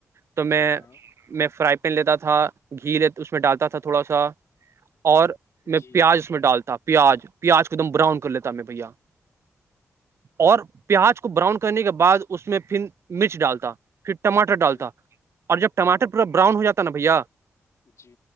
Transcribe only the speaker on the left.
جی ہاں
جی
جی
ہاں
جی